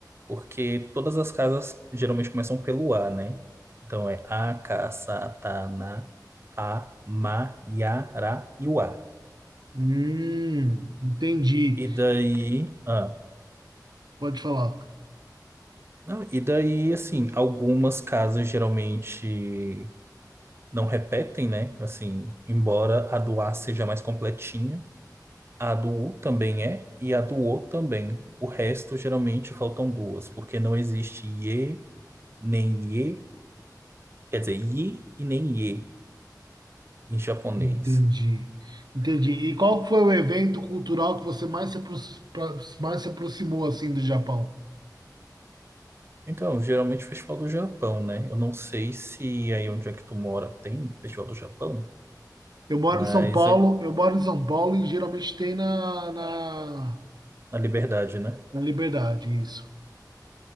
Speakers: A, on the right; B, on the right.
A: porque todas as casas geralmente começam pelo A, né? Então é A, K, Sa, Ta, Na, A, Ma, Ya, Ra e o A.
B: hum, entendi.
A: E daí, ah,
B: Pode falar.
A: não, e daí, assim, algumas casas geralmente não repetem, né? Assim, embora a do A seja mais completinha, a do U também é, e a do O também. O resto geralmente faltam duas, porque não existe ye, nem ye, quer dizer, yi e nem ye em japonês.
B: Entendi. Entendi. E qual foi o evento cultural que você mais se, apros- pra- mais se aproximou assim do Japão?
A: Então, geralmente o Festival do Japão, né? Eu não sei se aí onde é que tu mora tem Festival do Japão,
B: Eu moro
A: mas
B: em São Paulo,
A: é
B: eu moro em São Paulo e geralmente tem na, na,
A: a liberdade, né?
B: na Liberdade, isso.